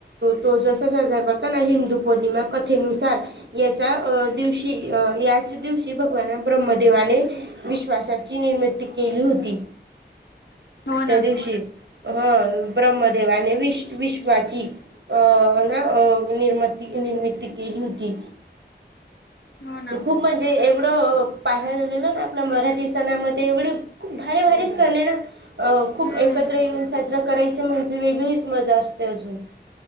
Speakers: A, on the right; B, on the left.
A: तो जसा साजरा करता ना हिंदू पौर्णिमा क नुसार याच्या अ दिवशी अ याच दिवशी भगवान ब्रह्मदेवाने विश्वासाची निर्मिती केली होती
B: हो ना
A: त्या दिवशी हा ब्रह्मदेवाने विश विश्वाची अ ना अ निर्मती निर्मिती केली होती.
B: हो ना
A: खूप म्हणजे एवढं पाहायला गेलं ना आपल्या मराठी सणामध्ये एवढ खूप भारी भारी सण आहे ना खूप
B: हम्म
A: एकत्र येऊन साजरा करायचा म्हणजे वेगळीच मजा असते. अजून